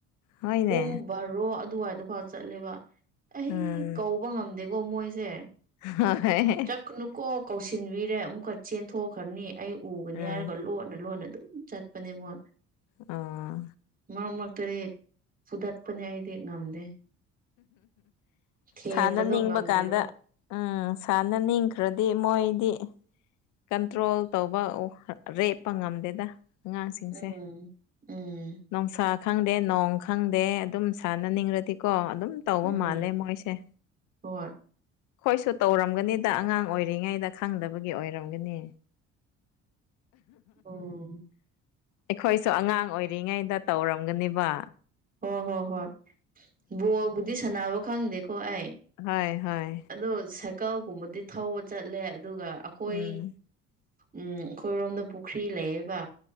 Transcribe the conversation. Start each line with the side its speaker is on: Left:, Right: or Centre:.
Left: ꯍꯣꯏꯅꯦ
Right: ꯄꯨꯡ ꯕꯥꯔꯣ ꯑꯗꯨꯋꯥꯏꯗꯐꯥꯎ ꯆꯠꯂꯦꯕ ꯑꯩ
Left: ꯎꯝ
Right: ꯀꯧꯕ ꯉꯝꯗꯦꯀꯣ ꯃꯣꯏꯁꯦ
Left: ꯍꯥ ꯍꯣꯏ
Right: ꯆꯠꯀꯥꯅꯨꯀꯣ ꯀꯧꯁꯤꯟꯕꯤꯔꯦ ꯑꯃꯨꯛꯀꯥ ꯆꯦꯟꯊꯣꯛꯈ꯭ꯔꯥꯅꯤ ꯑꯩ ꯎꯒꯅꯤ
Left: ꯎꯝ
Right: ꯍꯥꯏꯔꯒ ꯂꯣꯠꯅ ꯂꯣꯟꯅ ꯑꯗꯨꯝ ꯆꯠꯄꯅꯦ ꯃꯣꯏ
Left: ꯑꯣ
Right: ꯃꯔꯛ ꯃꯔꯛꯇꯥꯗꯤ ꯐꯨꯗꯠꯄꯅꯦ ꯑꯩꯗꯤ ꯉꯝꯗꯦ ꯊꯦꯝꯕꯗꯣ
Left: ꯁꯥꯟꯅꯅꯤꯡꯕ
Right: ꯉꯝꯗꯦꯕ
Left: ꯀꯥꯟꯗ ꯎꯝ ꯁꯥꯟꯅꯅꯤꯡꯈ꯭ꯔꯥꯗꯤ ꯃꯣꯏꯗꯤ ꯀꯟꯇ꯭ꯔꯣꯜ ꯇꯧꯕ ꯔꯦꯞꯄ ꯉꯝꯗꯦꯗ ꯑꯉꯥꯡꯁꯤꯡꯁꯦ
Right: ꯎꯝ ꯎꯝ
Left: ꯅꯨꯡꯁꯥ ꯈꯪꯗꯦ ꯅꯣꯡ ꯈꯪꯗꯦ ꯑꯗꯨꯝ ꯁꯥꯟꯅꯅꯤꯡꯔꯗꯤꯀꯣ ꯑꯗꯨꯝ ꯇꯧꯕ
Right: ꯎꯝ
Left: ꯃꯥꯜꯂꯦ ꯃꯣꯏꯁꯦ
Right: ꯍꯣꯏ
Left: ꯈꯣꯏꯁꯨ ꯇꯧꯔꯝꯒꯅꯤꯗ ꯑꯉꯥꯡ ꯑꯣꯏꯔꯤꯉꯩꯗ ꯈꯪꯗꯕꯒꯤ ꯑꯣꯏ ꯔꯝꯒꯥꯅꯤ
Right: ꯎꯝ
Left: ꯑꯩꯈꯣꯏꯁꯨ ꯑꯉꯥꯡ ꯑꯣꯏꯔꯤꯉꯩꯗ ꯇꯧꯔꯝꯒꯥꯅꯦꯕ
Right: ꯍꯣꯏ ꯍꯣ ꯍꯣꯏ ꯕꯣꯜꯕꯨꯗꯤ ꯁꯥꯟꯅꯕ ꯈꯪꯗꯦꯀꯣ ꯑꯩ
Left: ꯍꯣꯏ ꯍꯣꯏ
Right: ꯑꯗꯣ ꯁꯥꯏꯀꯜꯒꯨꯝꯕꯗꯤ ꯊꯧꯕ ꯆꯠꯂꯦ ꯑꯗꯨꯒ ꯈꯣꯏ
Left: ꯎꯝ
Right: ꯎꯝ ꯑꯈꯣꯏꯔꯣꯝꯗ ꯄꯨꯈ꯭ꯔꯤ ꯂꯩꯌꯦꯕ